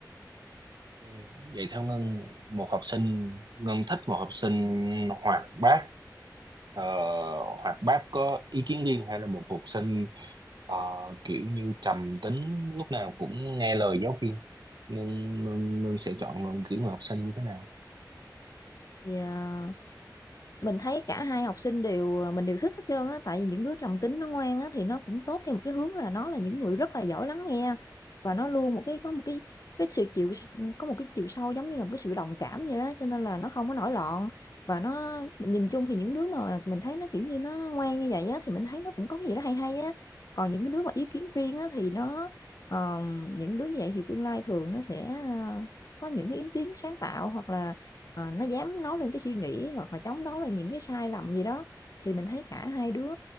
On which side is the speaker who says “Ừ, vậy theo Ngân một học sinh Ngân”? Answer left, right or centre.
Right